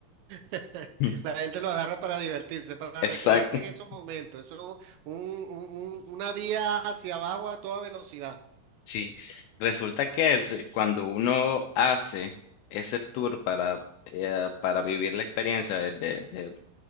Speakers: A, on the right; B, on the left.
A: <laughs>
B: Mm.
A: La gente lo agarra para divertirse, para
B: Exacto.
A: recrearse
B: <laughs>
A: en esos momentos. Eso es un- un- un- una vía hacia abajo a toda velocidad.
B: Sí. Resulta que es- cuando uno hace ese tour para, eh, para vivir la experiencia de